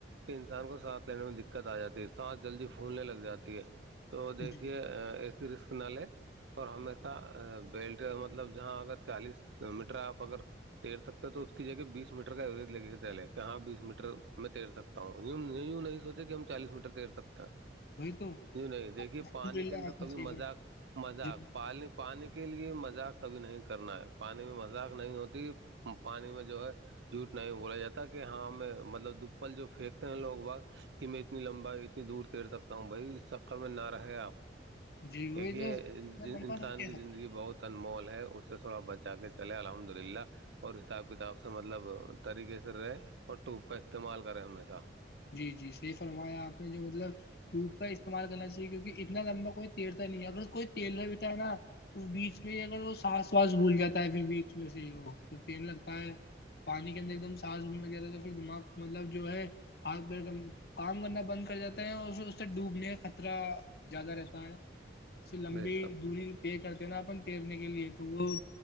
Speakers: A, on the right; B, on the left.
A: کہ انسان کو ساتھ لینے میں دقت آ جاتی ہے سانس جلدی پھولنے لگ جاتی ہے تو دیکھیے
B: جی
A: ایک رسک نہ لے اور ہمیشہ بیلٹ مطلب جہاں اگر چالیس میٹر آپ اگر تیر تک تو اس کی جگہ بیس میٹر کا ایوریج لگے گا چلے کہ ہاں بیس میٹر میں تیر سکتا ہوںی یوں نہیں سوچے کہ ہم چالیس میٹر تیر سکتے
B: وہی تو
A: نہیںی نہیں دیکھیے
B: الحمد
A: پانی
B: للہ
A: کے اندر
B: آپ
A: کبھی
B: نے صحیح
A: مذاق مذاق
B: فرمایا۔
A: پالانی پانی کے لیے مذاق کبھی نہیں کرنا ہے پانی میں مذاق نہیں ہوتی پانی میں جو ہے جھوٹ نہیں بولا جاتا کہ ہاں ہم مطلب دپل جو پھینکتے ہیں لوگ بگ کہ میں اتنی لمبا اتنی دور تیر سکتا ہوں بھائی اس شقر میں نہ رہے آپ
B: جی وہی
A: کہ
B: تو اتنا لمبا
A: انسان
B: نہیں کہہ
A: کی زندگی
B: سکتے
A: بہت مال ہے اسے تھوڑا بچا کے چلے الحمد للہ اور اس حساب کتاب سے مطلب طریقے سے رہیں اور ٹوپ کا استعمال کریں ہمیشہ
B: جی جی صحیح فرمایا آپ نے جو مطلب دھوپ کا استعمال کرنا چاہیے کیونکہ اتنا لمبا کوئی تیلتا نہیں ہے اگر کوئی تیل ہو بھیتا ہے نا اس بیچ میں ہی اگر وہ سانس واس بھول جاتا ہے پھر بیچ میں سے وہ تو تل لگتا ہے پانی کے اندر ایک دم سانس گننے جاتا ہے تو پھر دماغ مطلب جو ہے ہاتھ پیرم کام کرنا بند کر جاتا ہے اور پھر اس سے ڈوبنے خطرہ زیادہ رہتا ہے اس سے لمبی
A: بے شک
B: دوری پے کرتے ہیں نا اپن تیرنے کے لیے تو وہ